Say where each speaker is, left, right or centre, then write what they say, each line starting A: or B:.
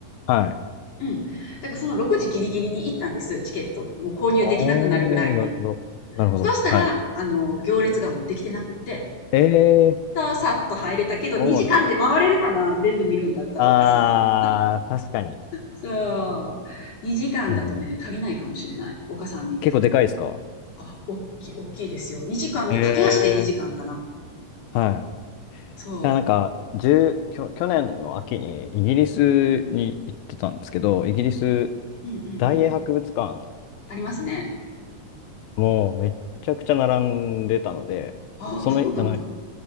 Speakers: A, on the left; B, on the left.
A: はい。
B: うん。だからその6時ギリギリに行ったんです、チケット。もう購入できなくなるぐらいに。
A: おー、なるほど。なるほど。
B: そうしたら、
A: はい。
B: あの、行列がもうできてなくって、
A: ええ
B: そう、さっと入れたけど、2時間で回れるかな全部見るんだったら、
A: そうなんだ。あー、
B: 岡さん。
A: 確かに。
B: そう。2時間だとね、
A: でもね、
B: 足りないかもしれない。岡さん見、
A: 結構でかいですか
B: あ、おっきい、おっきいですよ。2時間で、
A: へえ。
B: 駆け足で2時間かな。
A: はい。い
B: そ
A: や、なんか、1きょ、去年の秋にイギリスに行ってたんですけど、イギリス
B: う。うんうんうん。
A: 大英博物館
B: ありますね。
A: もうめっちゃくちゃ並んでたので、
B: ああ、
A: その、
B: そうなんだ。
A: あの、